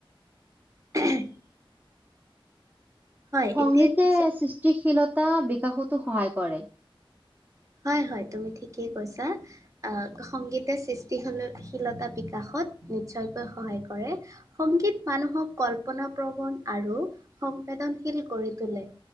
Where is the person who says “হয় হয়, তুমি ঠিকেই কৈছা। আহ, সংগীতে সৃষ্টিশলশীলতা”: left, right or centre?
Right